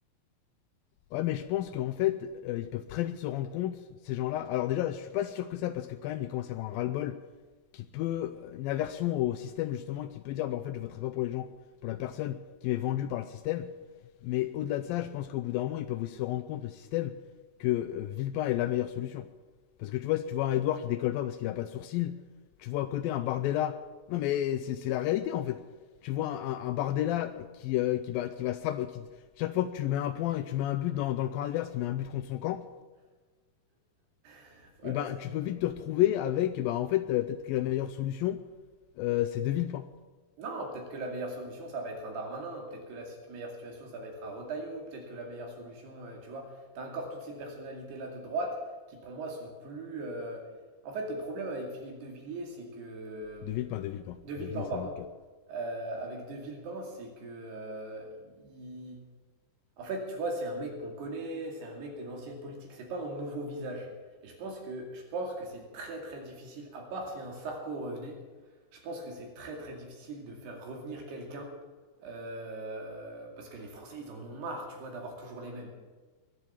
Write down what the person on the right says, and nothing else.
<laughs> Ouais,
non,
c'est
sûr.
Non, peut-être que la meilleure solution, ça va être un Darmanin, peut-être que la si- meilleure situation, ça va être un Retailleau, peut-être que la meilleure solution, euh, tu vois, t'as encore toutes ces personnalités-là de droite qui pour moi sont plus... euh, En fait, le problème avec Philippe de Villiers, c'est que...
De Villepin,
pardon.
Euh, avec De Villepin, c'est que... euh, il- en fait, tu vois, c'est un mec qu'on connaît, c'est un mec de l'ancienne politique, c'est pas un nouveau visage. Et je pense que je pense que c'est très très difficile, à part si un Sarko revenait, je pense que c'est très très difficile de faire revenir quelqu'un euh, parce que les Français ils en ont marre, tu vois, d'avoir toujours les mêmes.